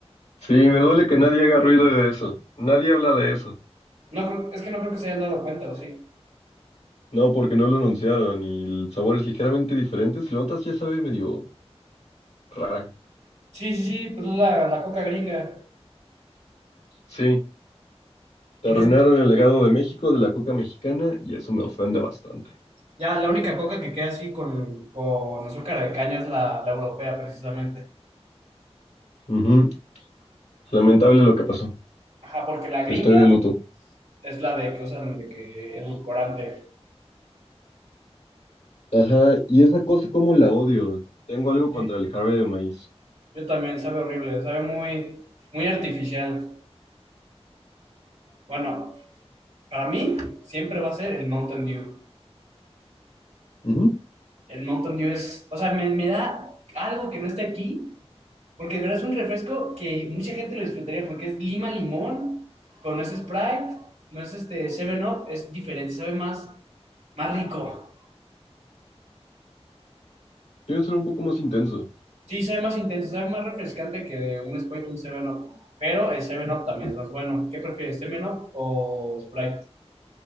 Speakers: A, on the left; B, on the right.
A: Sí, me duele que nadie haga ruido de eso. Nadie habla de eso.
B: No creo, es que no creo que se hayan dado cuenta, ¿o sí?
A: No, porque no lo anunciaron y el sabor es ligeramente diferente. Si lo notas, ya sabe medio rara.
B: Sí, sí, sí, pues es la, la coca gringa.
A: Sí, te
B: Y
A: arruinaron
B: no
A: el legado de México de la coca mexicana y eso me ofende bastante.
B: Ya la única coca que queda así con, con azúcar de caña es la, la europea, precisamente.
A: Ujú, Lamentable
B: Por-
A: lo que pasó.
B: ajá, porque la gringa
A: Estoy de luto.
B: es la de que usan de que edulcorante.
A: Ajá, y esa cosa como la odio. Tengo algo contra
B: Sí,
A: el jarabe de maíz.
B: Yo también, sabe horrible, sabe muy, muy artificial. Bueno, para mí siempre va a ser el Mountain Dew.
A: Ujú,
B: El Mountain Dew es, o sea, me, me da algo que no esté aquí, porque de verdad es un refresco que mucha gente lo disfrutaría porque es lima limón, pero no es Sprite, no es este Seven up es diferente, sabe más, más rico.
A: Quieren ser un poco más intenso.
B: Sí, sabe más intenso, sabe más refrescante que un Sprite, un 7-Up. Pero el 7-Up también es más bueno. ¿Qué prefieres, 7-Up o Sprite?